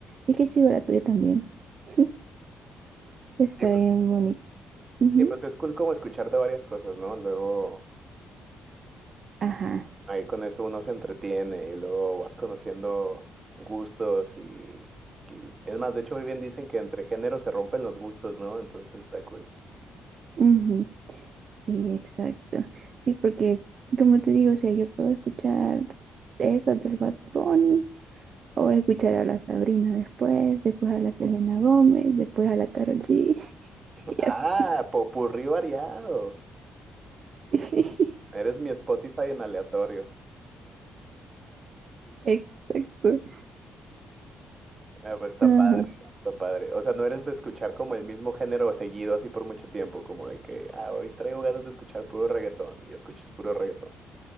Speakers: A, on the right; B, on the right.
A: Y qué chiva la tuya también. <laughs> Está
B: Sí, pues,
A: bien bonito. Ujú,
B: sí, pues es cool como escucharte varias cosas, ¿no? Luego
A: Ajá.
B: ahí con eso uno se entretiene y luego vas conociendo gustos y... y- Es más, de hecho, hoy bien dicen que entre géneros se rompen los gustos, ¿no? Entonces está cool.
A: ujú, Sí, exacto. Sí, porque como te digo, o sea, yo puedo escuchar esas del Bad Bunny o escuchar a la Sabrina después, después a la Selena Gómez, después a la Karol G. <laughs>
B: Ah,
A: Sí,
B: popurrí variado.
A: sí,
B: Eres mi Spotify en aleatorio.
A: exacto.
B: Ah, pues está
A: Ajá.
B: padre, está padre. O sea, no eres de escuchar como el mismo género seguido así por mucho tiempo, como de que, ah, hoy traigo ganas de escuchar puro reggaetón y escuchas puro reggaetón.